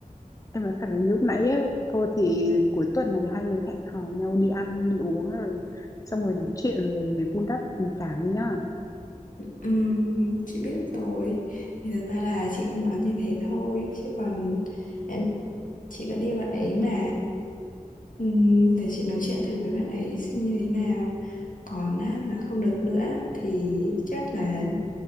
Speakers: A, on the left; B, on the left.
A: Em nói thật là như lúc nãy ấy, thôi thì cuối tuần này hai người hẹn hò nhau đi ăn, đi uống rồi xong rồi nói chuyện rồi vun đắp tình cảm đi nhá.
B: Ừm, chị biết rồi thì thật ra là chị cũng nói như thế thôi chứ còn em chị vẫn yêu bạn ấy mà Ừm, để chị nói chuyện thử với bạn ấy xem như thế nào còn á, mà không được nữa thì chắc là